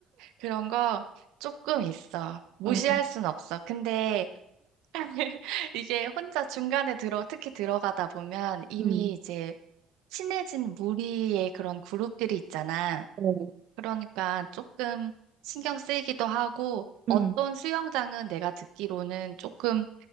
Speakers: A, on the right; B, on the right.
A: 그런 거 조금 있어. 무시할
B: 아,
A: 순 없어. 근데 <laughs> 이게 혼자 중간에 들어, 특히 들어가다 보면 이미
B: 음,
A: 이제 친해진 무리의 그런 그룹들이 있잖아.
B: 어,
A: 그러니까 조금 신경 쓰이기도 하고 어떤
B: 음,
A: 수영장은 내가 듣기로는 조금,